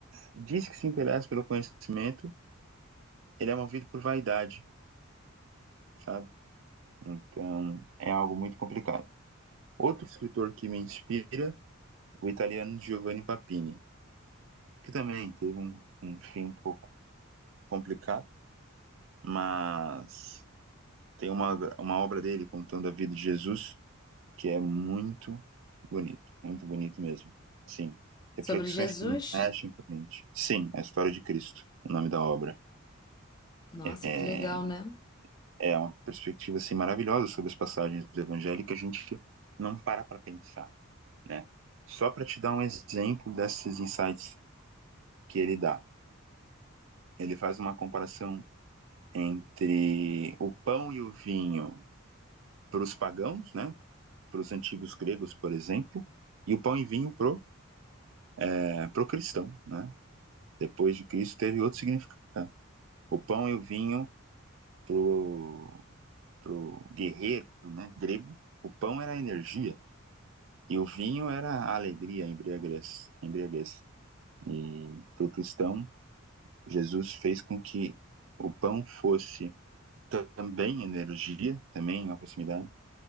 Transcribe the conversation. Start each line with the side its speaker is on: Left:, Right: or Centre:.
Right: diz que se interessa pelo conhecimento, ele é movido por vaidade, sabe? Então, é algo muito complicado. Outro escritor que me inspira, o italiano Giovanni Papini, que também teve um, um fim um pouco complicado, mas tem uma, uma obra dele contando a vida de Jesus que é muito bonito, muito bonito mesmo. Sim, reflexões
Left: sobre Jesus.
Right: que mexem com a gente. Sim, a história de Cristo, o nome da obra.
Left: Nossa,
Right: É,
Left: que legal, né?
Right: é uma perspectiva assim, maravilhosa sobre as passagens do Evangelho que a gente não para para pensar, né? Só para te dar um exemplo desses insights que ele dá. Ele faz uma comparação entre o pão e o vinho para os pagãos, né? Para os antigos gregos, por exemplo, e o pão e vinho pro é, pro cristão, né? depois de Cristo teve outro significado. O pão e o vinho pro pro guerreiro, né, grego, o pão era a energia e o vinho era a alegria, a embriaguez, a embriaguez. E pro cristão, Jesus fez com que o pão fosse também energia, também uma proximidade,